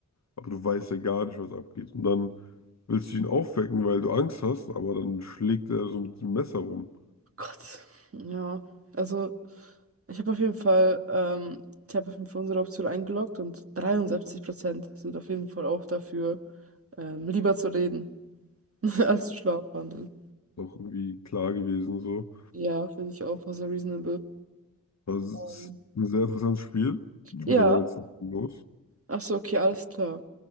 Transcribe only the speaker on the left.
Aber du weißt ja gar nicht, was abgeht. Und dann willst du ihn aufwecken, weil du Angst hast, aber dann schlägt er so mit dem Messer rum.
Ist auch irgendwie klar gewesen, so.
Das ist
ein sehr interessantes Spiel. Ich
muss aber jetzt los.